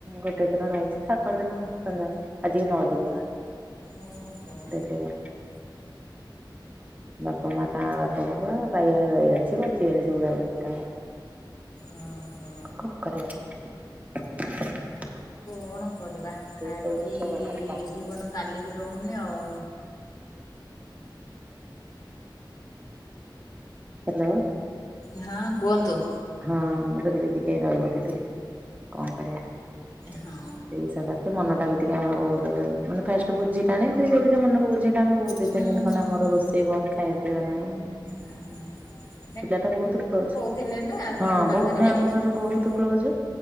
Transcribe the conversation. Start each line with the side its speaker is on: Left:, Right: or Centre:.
Right: ଗୋଟିଏ ଦିନ ରହିଛି ତା ପର ଦିନ- ଚାଲିଗଲା। ଆଜିକି ନଅ ଦିନ ହେଲାଣି।
Left: ଓହ ହ।
Right: ଡେଥ୍ ହେଇଗଲା। ବାପା ମା ତାଙ୍କର <unintelligible> ବଞ୍ଚିବେନି ସେଗୁଡା <unintelligible>
Left: ଓହୋ।
Right: କରିବା।
Left: କଣ କରିବା
Right: ଏଇ
Left: ଆଜି
Right: ସବୁ ଜିନିଷ ଭଗବାନ
Left: ଜୀବନ କାଲିକି ରହୁନି ଆଉ।
Right: ହେଲୋ।
Left: ହଁ କୁହନ୍ତୁ।
Right: ହଁ ମୁଁ କହିଲି କିଏ ରହିବ କେତେ? କଣ କରିବା? <unintelligible>
Left: ହଁ
Right: ସେ ମନଟା ବି ଟିକେ ଆମର ବହୁତୁ ମାନେ ଫାଷ୍ଟ ବୁଝିଲାନି ଧୀରେ ଧୀରେ ମନକୁ <unintelligible> ତିନି
Left: ହୁଁ
Right: ଦିନ
Left: ହୁଁ
Right: ଖଣ୍ଡେ ଆମର
Left: ହୁଁ।
Right: ରୋଷେଇ ବନ୍ଦ ଖାଇବା ପିଇବା ନାହିଁ।
Left: <unintelligible>
Right: ପିଲାଟା ବହୁତ କ୍ଲୋଜ।
Left: ଥିଲେ ନା। ଆପଣଙ୍କ
Right: ହଁ
Left: ପାଖରେ
Right: ବହୁତ ନାଇ ଆମ ଘରେ
Left: ସେଥିପାଇଁ
Right: ବହୁତ କ୍ଲୋଜ।